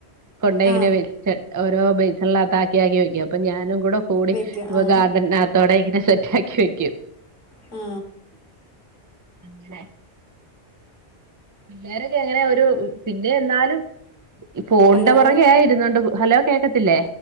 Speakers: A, on the right; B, on the left.
A: കൊണ്ടോയിങ്ങനെ
B: ആ
A: വെച്ച് ഓരോ ബേയ്സൺളാതാക്കി ആക്കി വെയ്ക്കും അപ്പൊ ഞാനും കൂടെ കൂടി
B: വയ്ക്കും
A: ഇപ്പൊ
B: ആ
A: ഗാർഡനാത്തോടെ ഇങ്ങനെ സെറ്റാക്കി വെയ്ക്കും.
B: ആ
A: <inaudible> പിള്ളോരൊക്കെ എങ്ങനെയാ ഒരു പിന്നെയെന്നാലും ഈ ഫോണിന്റെ
B: ഹലോ
A: പൊറകെയാ ഇരുന്നോണ്ട് ഹലോ കേക്കത്തില്ലേ